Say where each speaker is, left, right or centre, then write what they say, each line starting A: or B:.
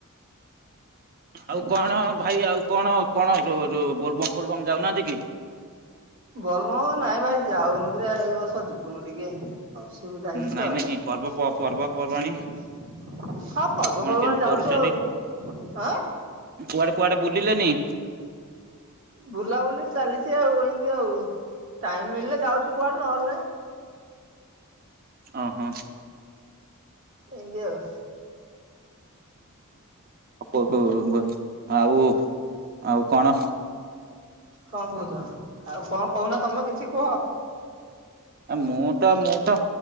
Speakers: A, on the right (about 40°); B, on the right (about 60°).
A: ଆଉ କଣ ଭାଇ ଆଉ କଣ କଣ ଯୋ ଯୋଉ ବୋଲବମ୍ ଫୋଲବମ୍ ଯାଉନାହାନ୍ତି କି?
B: ବୋଲବମ୍ ନାଇଁ ଭାଇ ଯାଉନୁ ପରା ଏଇ ବର୍ଷ ଯିବୁନୁ ଟିକେ। ଅସୁବିଧା ହେଇଛି
A: ନାଇଁ
B: ତ।
A: ନାଇଁ ପର୍ବ
B: ହଁ
A: ପର୍ବପର୍ବାଣୀ
B: ପର୍ବପର୍ବାଣିରେ
A: କଣ କେମିତି
B: ଯାଉଚୁ
A: କରୁଛନ୍ତି?
B: ଆଉ ହଁ
A: କୁଆଡେ କୁଆଡେ ବୁଲିଲେନି?
B: ବୁଲାବୁଲି ଚାଲିଚି ଆଉ ଏମିତି ଆଉ ଟାଇମ ମିଳିଲେ ଯାଉଛୁ କୁଆଡେ ନହେଲେ ନାଇଁ।
A: ହଁ ହଁ।
B: ଏମିତି ଆଉ।
A: କୋତୁ ଆଉ ଆଉ କଣ?
B: କଣ କହୁଚ ଆଉ କଣ କହୁନ ତମେ କିଛି କୁହ?
A: ଆ ମୁଁ ତ ମୁଁ ତ